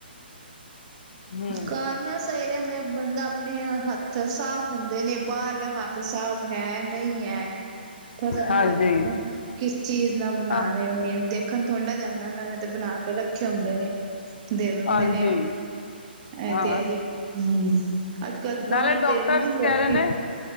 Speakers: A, on the left; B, on the right.
A: ਹਮ
B: ਘਾਰ ਨ ਸਹੀ ਰਹਂਦੇ ਬੰਦਾ ਆਪਣੇ ਹੱਥ ਸਾਫ਼ ਹੁੰਦੇ ਨੇ ਬਾਹਰਲੇ ਹੱਥ ਸਾਫ ਹੈ, ਨਹੀਂ ਹੈ, ਪਤਾ ਨਹੀਂ
A: ਹਾਂਜੀ
B: ਲੱਗਦਾ ਨਾਂ ਕਿਸ ਚੀਜ਼ ਨਾਲ ਬਣਾ
A: ਹਾਂ
B: ਰਹੇ ਨੇ ਦਾ ਦੇਖ <unintelligible> ਤੁਹਾਡਾ ਕੀ ਜਾਂਦਾ ਉਹਨਾਂ ਨੇ ਤੇ ਬਣਾ ਤੇ ਬਸ ਖੇ ਹੁੰਦੇ ਨੇ ਦੇ ਦਿੰਦੇ
A: ਹਾਂਜੀ
B: ਨੇ ਉਹੀ ਇਹ
A: ਹਾਂ
B: ਤੇ ਐਹੀ ਹੂੰ ਅੱਜ- ਕੱਲ
A: ਨਾਲੇ
B: ਬਾਹਰ
A: ਡਾਕਟਰਸ
B: ਦੇ ਨਾ ਲੋਕੀ
A: ਕਹਿ ਰਹੇ ਨੇ